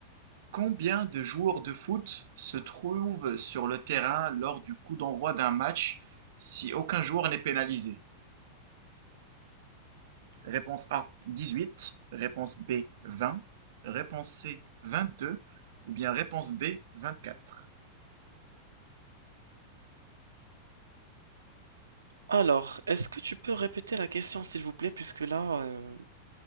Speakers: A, on the right; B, on the right.
A: Combien de joueurs de foot se trouvent sur le terrain lors du coup d'envoi d'un match si aucun joueur n'est pénalisé? Réponse A, 18. Réponse B, 20. Réponse C, 22. Ou bien réponse D, 24.
B: Alors, est-ce que tu peux répéter la question, s'il vous plaît, puisque là, euh,